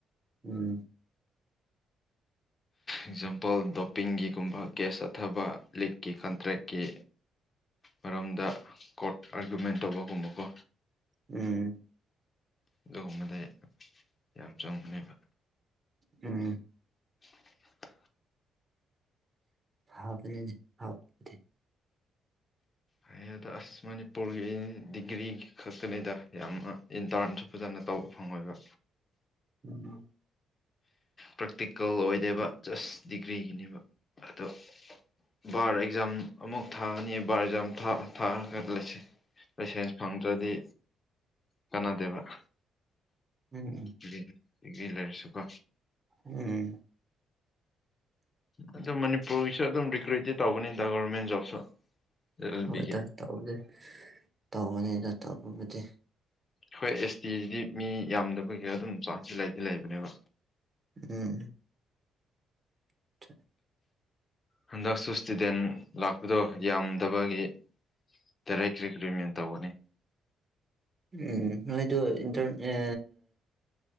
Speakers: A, on the right; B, on the left.
A: ꯎꯝ
B: ꯑꯦꯛꯖꯥꯝꯄꯜ ꯗꯣꯞꯄꯤꯡꯒꯤꯒꯨꯝꯕ ꯀꯦꯁ ꯆꯠꯊꯕ ꯂꯤꯛꯀꯤ ꯀꯟꯇ꯭ꯔꯦꯛꯀꯤ ꯃꯔꯝꯗ ꯀꯣꯔꯠ ꯑꯥꯔꯒꯨꯃꯦꯟ ꯇꯧꯕꯒꯨꯝꯕꯀꯣ
A: ꯎꯝ
B: ꯑꯗꯨꯒꯨꯝꯕꯗꯤ ꯌꯥꯝ ꯆꯪꯕꯅꯦꯕ
A: ꯎꯝ
B: <inaudible>
A: ꯍꯥꯥꯎꯕꯅꯦ ꯍꯥꯥꯎꯕꯗꯤ
B: ꯍꯩꯌꯦꯗ ꯑꯁ ꯃꯅꯤꯄꯨꯔꯒꯤ ꯗꯤꯒ꯭ꯔꯤ ꯈꯛꯇꯅꯤꯗ ꯌꯥꯝꯅ ꯏꯟꯇ꯭ꯔꯔꯟꯁꯨ ꯐꯖꯅ ꯇꯧꯕ ꯐꯪꯉꯣꯏꯕ
A: ꯎꯝ
B: ꯄ꯭ꯔꯦꯛꯇꯤꯀꯦꯜ ꯑꯣꯏꯗꯦꯕ ꯖꯁ ꯗꯤꯒ꯭ꯔꯤꯒꯤꯅꯦꯕ ꯑꯗꯣ ꯕꯥꯔ ꯑꯦꯛꯖꯥꯝ ꯑꯃꯨꯛ ꯊꯥꯑꯅꯤ ꯕꯥꯔ ꯑꯦꯛꯖꯥꯝ ꯊ ꯊꯥꯔꯒ ꯂꯩꯁꯦ ꯂꯥꯏꯁꯦꯟꯁ ꯐꯪꯗ꯭ꯔꯗꯤ ꯀꯥꯟꯅꯥꯗꯦꯕ
A: ꯎꯝ
B: <unintelligible> ꯗꯤꯒ꯭ꯔꯤ ꯂꯩꯔꯁꯨꯀꯣ
A: ꯎꯝ
B: ꯑꯗꯨ ꯃꯅꯤꯄꯨꯔꯒꯤꯁꯨ ꯑꯗꯨꯝ ꯔꯤꯀ꯭ꯔꯨꯏꯠꯇꯤ ꯇꯧꯕꯅꯤꯗ ꯒꯣꯔꯔꯃꯦꯟ ꯖꯣꯕꯁꯨ ꯑꯦꯜ ꯑꯦꯜ
A: ꯍꯣꯏꯗ
B: ꯕꯤꯒꯤ
A: ꯇꯧꯒꯦ ꯇꯧꯒꯅꯤꯗ ꯇꯧꯕꯕꯨꯗꯤ
B: ꯈꯣꯏ ꯑꯦꯁ ꯇꯤꯁꯤꯒꯤꯗꯤ ꯃꯤ ꯌꯥꯝꯗꯕꯒꯤ ꯑꯗꯨꯝ ꯆꯥꯟꯁꯇꯤ ꯂꯩꯗꯤ ꯂꯩꯕꯅꯦꯕ
A: ꯎꯝ <inaudible>
B: ꯍꯟꯗꯛꯁꯨ ꯏꯁꯇꯨꯗꯦꯟ ꯂꯥꯛꯄꯗꯣ ꯌꯥꯝꯗꯕꯒꯤ ꯗꯥꯏꯔꯦꯛ ꯔꯤꯀ꯭ꯔꯨꯏꯠꯃꯦꯟ ꯇꯧꯕꯅꯤ
A: ꯎꯝ ꯅꯣꯏꯗꯣ ꯏꯟꯇꯔꯟ ꯑ